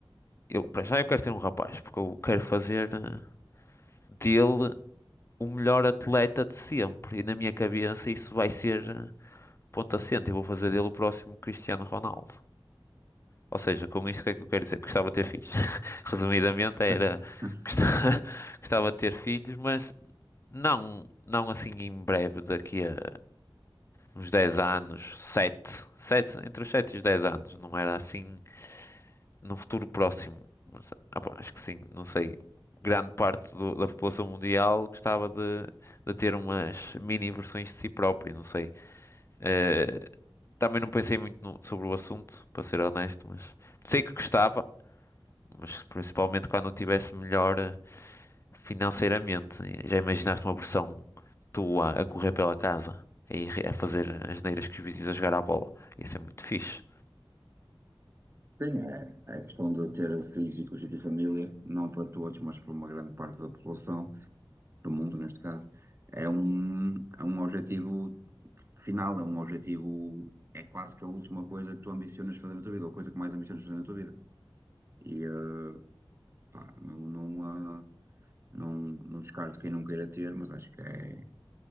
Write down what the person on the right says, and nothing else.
<laughs>
Sim, é, é questão de ter filhos e constituir família, não para todos, mas para uma grande parte da população, do mundo neste caso. É um, é um objetivo final, é um objetivo, é quase que a última coisa que tu ambicionas fazer na tua vida, ou a coisa que mais ambicionas fazer na tua vida. E eh, pá, não, não, ah, não, não descarto quem não queira ter, mas acho que é,